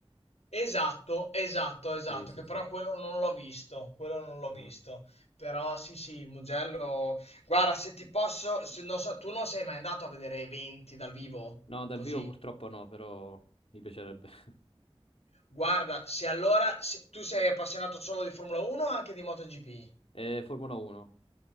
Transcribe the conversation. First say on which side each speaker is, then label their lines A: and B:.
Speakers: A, on the left; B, on the left.
A: Esatto, esatto, esatto,
B: Sì, sì,
A: che
B: sì.
A: però quello non l'ho visto, quello non l'ho visto.
B: Ah.
A: Però sì, sì, il Mugello. Guarda, se ti posso, se- non so, tu non sei mai andato a vedere eventi dal vivo?
B: No, dal
A: Così.
B: vivo purtroppo no, però mi piacerebbe. <laughs>
A: Guarda, se allora se- tu sei appassionato solo di Formula 1 o anche di MotoGP?
B: Eh, Formula 1,